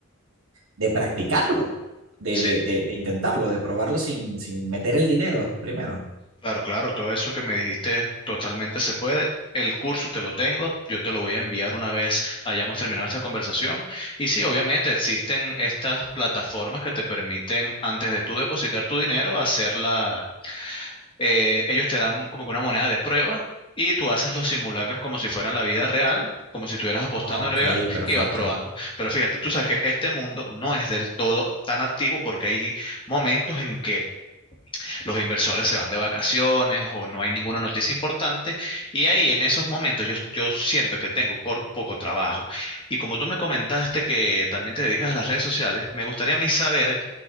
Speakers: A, on the right; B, on the left.
A: de practicarlo, de, de,
B: Sí,
A: de, de intentarlo, de probarlo sin, sin meter el dinero primero.
B: Claro, claro, todo eso que me dijiste totalmente se puede. El curso te lo tengo, yo te lo voy a enviar una vez hayamos terminado esta conversación. Y sí, obviamente existen estas plataformas que te permiten, antes de tú depositar tu dinero, hacerla, eh, ellos te dan como que una moneda de prueba y tú haces los simulacros como si fueran la vida real, como si estuvieras apostando
A: Ok,
B: en real
A: perfecto.
B: y vas probando. Pero fíjate, tú sabes que este mundo no es del todo tan activo porque hay momentos en que los inversores se van de vacaciones o no hay ninguna noticia importante y ahí en esos momentos yo, yo siento que tengo cor- poco trabajo. Y como tú me comentaste que también te dedicas a las redes sociales, me gustaría a mí saber